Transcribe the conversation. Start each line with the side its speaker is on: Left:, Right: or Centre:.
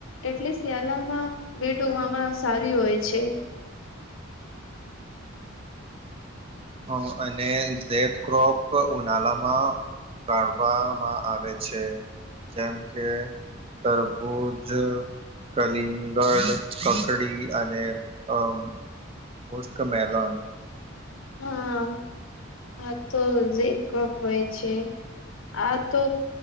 Left: એટલે શિયાળામાં બીટ ઉગવામાં સારી હોય છે.
Right: <inaudible> હ અને તે ક્રોપ ઉનાળામાં. ઉગાડવામાં આવે છે જેમ કે. તરબૂજ. કલિંગળ કકડી અને અ પુષ્ક મેલોન
Left: હા આ તો એ જ ક્રપ હોય છે. આ તો